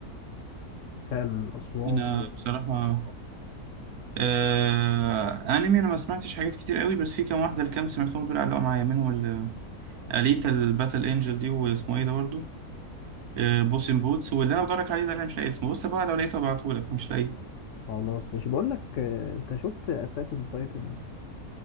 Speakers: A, on the left (about 65°); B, on the right (about 75°).
A: فعلا الاصوات
B: انا بصراحة آه... انمي انا ما سمعتش حاجات كتير قوي بس في كام واحدة الكام سمعتهم دول علقوا معايا منهم ال- اليتا الباتل انجل دي واسمه ايه ده برضه آه، بوسن بوتس واللي انا بدورك عليه ده اللي انا مش لاقي اسمه بص بقى لو لقيته ابعتهولك مش لاقيه
A: وخلاص ماشي بقول لك آه، انت شفت اتاك اون تايتنز